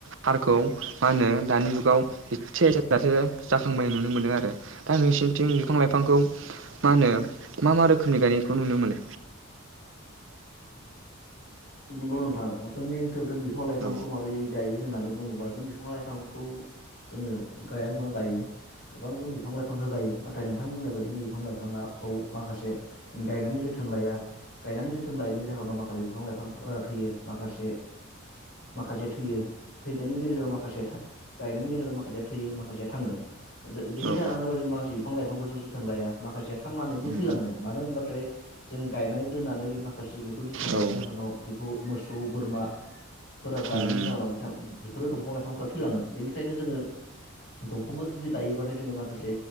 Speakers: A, on the right; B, on the left.
A: हारखौ मा होनो दानि जुगाव <unintelligible> जाखांबोनाय नुनो मोनदों आरो दा नोंसि बिफां लाइफांखौ मा होनो मा मा रोखोमनि गायनायखौ नुनो मोनो?
B: नंगौ नोंथां जोंनि सोलथिं बिफां लाइफांखौ
A: औ
B: माबोरै गायो होननानै बुङोबा जों बिफां लाइफांखौ जोङो गाया नङा गायो गोबां जों बिफां लाइफां गायो नाथाय नों नोंथां बुंनाय बायदिनो बिफां लाइफाङाखौ माखासे गायनानै जोथोन लाया। गायनानै जोथोन लायैनि जाहोनाव माखासे बिफां लाइफांफोरा थैयो माखासे माखासे थैयो थैनायनि गेजेराव माखासे माखासेया गायनायनि गेजेराव माखासेया थैयो माखासेया थाङो। बेनो
A: औ
B: जाहोना जाबाय जों माखासे फां लाइफांखौ जों जोथोन लाया माखासे थांनानैबो
A: उम
B: थैलाङो मानो होनबाथाय जों गायना दोन्नानै माखासे बेखौ जोथोन लायैनि
A: औ उम औ
B: जाहोनाव बेखौ मोसौ बोरमा फोरा जानायनि
A: उम
B: जाहोनाव बिथां बेफोरो दंफां लाइफांफोरा थैलाङो बेनिखायनो जोङो दंफांखौ जुदि गायोबाथाय जोङो माखासे